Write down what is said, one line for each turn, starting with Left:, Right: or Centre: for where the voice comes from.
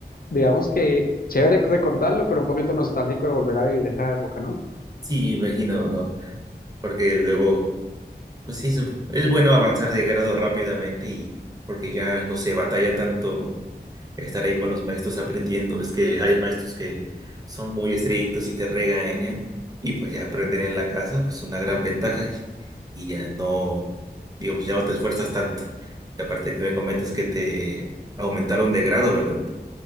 Left: digamos que chévere recordarlo, pero un poquito nostálgico de volver a vivir esa época, ¿no?
Right: Sí, imagino, ¿no? Porque luego, pues sí, es es bueno avanzar de grado rápidamente y porque ya no se batalla tanto estar ahí con los maestros aprendiendo. Ves que hay maestros que son muy estrictos y te regañan y pues ya aprender en la casa pues una gran ventaja y ya no, digamos, ya no te esfuerzas tanto. Y aparte que me comentas que te aumentaron de grado, ¿verdad?